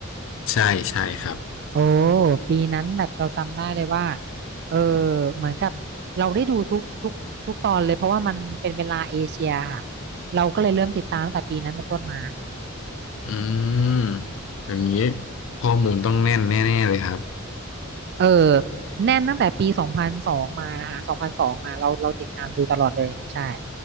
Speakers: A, on the left; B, on the right.
A: ใช่ใช่ครับ
B: โอ้ปีนั้นแบบเราจำได้เลยว่าเออเหมือนกับเราได้ดูทุกทุกทุกตอนเลยเพราะว่ามันเป็นเวลาเอเชียค่ะเราก็เลยเริ่มติดตามตั้งแต่ปีนั้นเป็นต้นมา
A: อืมอย่างนี้ข้อมูลต้องแน่นแน่ๆเลยครับ
B: เออแน่นตั้งแต่ปีสองพันสองมานะคะสองพันสองมาเราเราติดตามดูตลอดเลยใช่